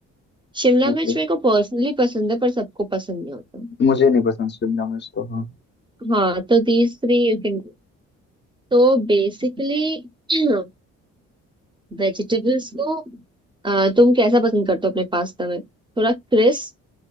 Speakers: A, on the right; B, on the left.
A: शिमला
B: okay
A: मिर्च मेरे को पर्सनली पसंद है पर सबको पसंद नहीं होता
B: मुझे नहीं पसंद शिमला मिर्च तो हाँ
A: हाँ तो दीज थ्री यू कैन तो बेसिकली <clears throat> वेजिटेबल्स को अ, तुम कैसा पसंद करते हो अपने पास्ता में थोड़ा क्रिस्प